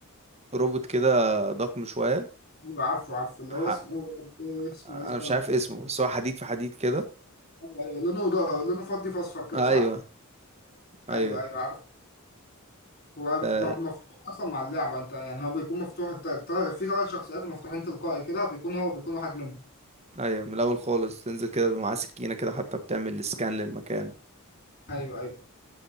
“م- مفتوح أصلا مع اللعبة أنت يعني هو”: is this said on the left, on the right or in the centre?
Left